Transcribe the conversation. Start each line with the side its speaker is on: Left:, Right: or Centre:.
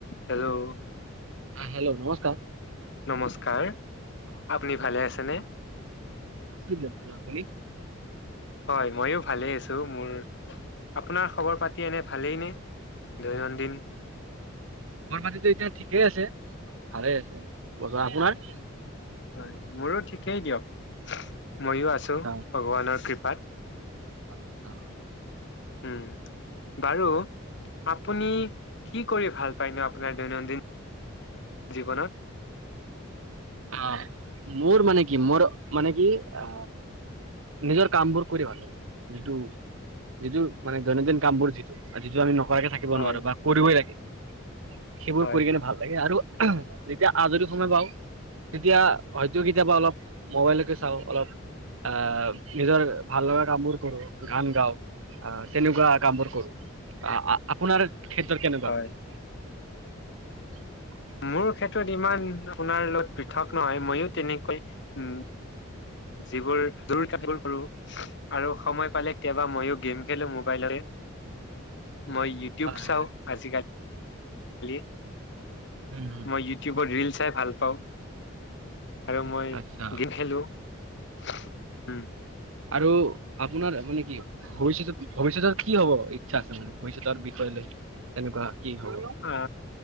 Left: Hello
Right: আহ hello, নমস্কাৰ।
Left: নমস্কাৰ,
Right: অ
Left: আপুনি ভালে আছেনে?
Right: আছো ভালেদিয়ক আপুনি?
Left: হয় ময়ো ভালেই আছোঁ মোৰ, আপোনাৰ খবৰ পাতি এনে ভালেইনে দৈনন্দিন?
Right: খবৰ পাতিতো এতিয়া ঠিকেই আছে, ভালে আছে বজোৱা আপোনাৰ?
Left: হয় মোৰো ঠিক কেই দিয়ক। ময়ো আছো
Right: অ,
Left: ভগৱানৰ কৃপা সাত-
Right: আচ্ছা।
Left: উম, বাৰু আপুনি কি কৰি ভাল পায় ন আপোনাৰ দৈনন্দিন জীৱনত?
Right: অ, মোৰ মানে কি, মোৰ মানে কি, অ নিজৰ কামবোৰ কৰি ভাল লাগে যিটো যিটো মানে দৈনন্দিন কাম বোৰ যিটো আৰু যিটো আমি ন নকৰাকে থাকিব
Left: হয়
Right: নোৱাৰো বা কৰিবই লাগে। সেইবোৰ
Left: হয়
Right: কৰি কিনে
Left: হয়
Right: ভাল লাগে আৰু তেতিয়া আজৰি সময় পাওঁ তেতিয়া, হয়তো কেতিয়াবা অলপ মোবাইলকে চাওঁ অলপ আহ নিজৰ ভাল লগা কাম বোৰ কৰো গান গাওঁ আহ তেনেকুৱা কাম বোৰ কৰো, আহ আপোনাৰ ক্ষেত্ৰত কেনেকুৱা?
Left: হয়
Right: <inaudible>
Left: মোৰ ক্ষেত্ৰত ইমান আপোনাৰ লগত পৃথক নহয় মইও তেনেকৈ, উম যিবোৰ কোৰ কৰো আৰু সময় পালে কেতিয়াবা মইয়ো গেম খেলো মোবাইলতে। মই ইউটিউব
Right: হয়
Left: চাওঁ
Right: হয়
Left: আজিকালি হলে
Right: উম উম
Left: মই ইউটিউবৰ ৰিল চাই ভাল পাওঁ। আৰু মই
Right: আচ্ছা
Left: গেম খেলো উম।
Right: দুটো আপোনাৰ মানে কি? ভৱিষ্যতত, ভৱিষ্যতত কি হব ইচ্ছা আছে, মানে ভৱিষ্যতৰ বিষয় লৈ তেনেকুৱা কি হব
Left: অ